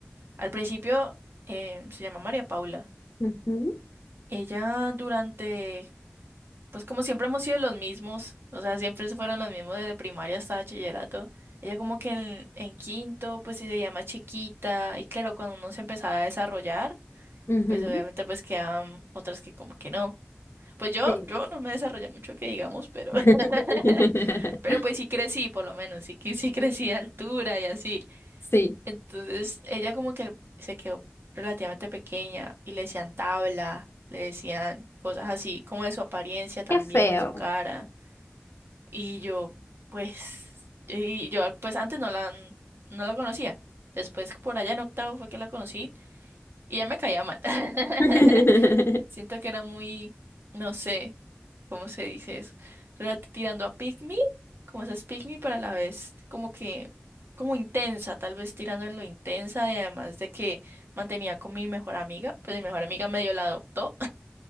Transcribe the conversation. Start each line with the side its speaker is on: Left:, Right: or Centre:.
Right: Al principio eh, se llama María Paula.
Left: ujú,
Right: Ella durante, pues como siempre hemos sido los mismos, o sea, siempre fueron los mismos desde primaria hasta bachillerato. Ella como que en, en quinto, pues sí se llama chiquita, y claro, cuando uno se empezaba a desarrollar,
Left: ujú,
Right: pues obviamente pues quedaban otras que como que no. Pues yo,
Left: Sí.
Right: yo no me desarrollé mucho que digamos, pero,
Left: <laughs>
Right: <laughs> pero pues sí crecí, por lo menos, sí, que- sí crecí de altura y así.
Left: Sí.
Right: Entonces ella como que se quedó relativamente pequeña y le decían tabla, le decían cosas así, como de su apariencia también,
Left: Qué feo.
Right: de su cara. Y yo, pues, y yo pues antes no la, no la conocía. Después por allá en octavo fue que la conocí y ya me caía mal. <laughs>
Left: <laughs>
Right: Siento que era muy, no sé, ¿cómo se dice eso? Relati- tirando a pick me, como esas pick me, pero a la vez como que, como intensa, tal vez tirando en lo intensa y además de que mantenía con mi mejor amiga, pues mi mejor amiga medio la adoptó,